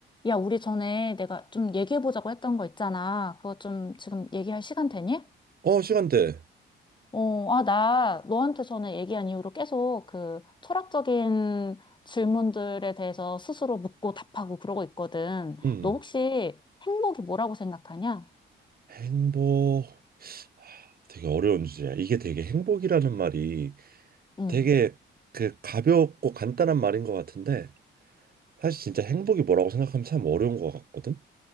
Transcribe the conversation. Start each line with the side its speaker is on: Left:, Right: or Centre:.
Left: 야, 우리 전에 내가 좀 얘기해보자고 했던 거 있잖아. 그거 좀 지금 얘기할 시간 되니?
Right: 어, 시간대.
Left: 어, 아, 나 너한테 전에 얘기한 이후로 계속 그 철학적인 질문들에 대해서 스스로 묻고 답하고 그러고 있거든.
Right: 음.
Left: 너 혹시 행복이 뭐라고 생각하냐?
Right: 행복. 하, 되게 어려운 주제야. 이게 되게 행복이라는 말이
Left: 음,
Right: 되게 그 가볍고 간단한 말인 것 같은데 사실 진짜 행복이 뭐라고 생각하면 참 어려운 것 같거든.